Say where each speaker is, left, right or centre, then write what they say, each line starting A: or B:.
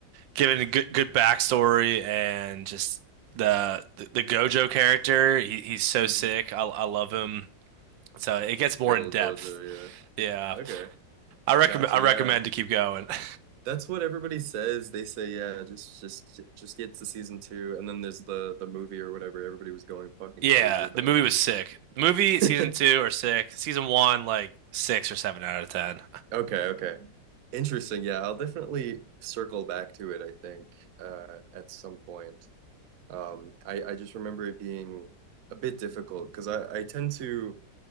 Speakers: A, on the right; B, on the right.
A: given a good good backstory and just the the, the Gojo character. He, he's so
B: Mhm.
A: sick. I, I love him. So it gets more
B: Good
A: in
B: old
A: depth.
B: Gojo, yeah.
A: Yeah,
B: Okay.
A: I recommend
B: Gotcha,
A: I
B: yeah.
A: recommend to keep going. <laughs>
B: That's what everybody says. They say, yeah, just just just get to season two, and then there's the the movie or whatever everybody was going fucking
A: Yeah,
B: crazy about.
A: the movie was sick. Movie
B: <laughs>
A: season two or six. Season one like six or seven out of ten.
B: Okay, okay. Interesting. Yeah, I'll definitely circle back to it, I think, uh, at some point. Um, I I just remember it being a bit difficult because I I tend to